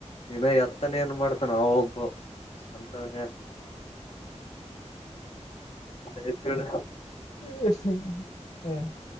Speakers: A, on the left; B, on the left.
A: ಇನಾ ಎತ್ತನ ಏನ್ ಮಾಡ್ತಾನ ಅವ ಒಬ್ಬವ ಅಂತವನೇ ಆನ್ ಆಯ್ತು ಇಡು
B: ಹ್ಮ್ಮ ಹಾ <inaudible> <unintelligible>